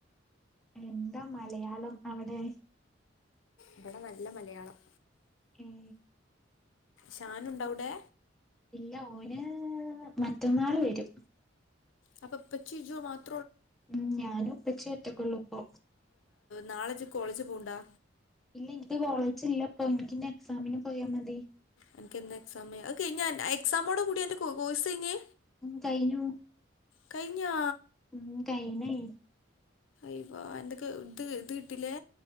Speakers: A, in the centre; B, on the left.
A: എന്താ മലയാളം അവിടെ
B: ഇവിടെ നല്ല മലയാളം
A: ഉം
B: ഷാനുണ്ടവിടെ
A: ഇല്ല ഓന് മറ്റന്നാള് വരും
B: അപ്പൊ <unintelligible>
A: ഉം ഞാനും ഇപ്പച്ചി ഒറ്റക്കൊള്ളൂ ഇപ്പൊ
B: നാളെജ് കോളേജ് പോവ്ണ്ടാ
A: ഇല്ല എനിക്ക് കോളേജില്ലപ്പൊ എനിക്കിനി എക്സാമിന് പോയാ മതി
B: എനിക്ക് എന്നാ എക്സാമ് അത് കയിഞ്ഞാ എക്സമോടു കൂടി അൻ്റെ കോഴ് കോഴ്സ് കയിഞ്ഞ്
A: ഉം കയിഞ്ഞു
B: കയിഞ്ഞാ
A: ഉം കയിഞ്ഞേയ്
B: ഐവ എന്തൊക്ക് ഇത് ഇത് കീട്ടിലേ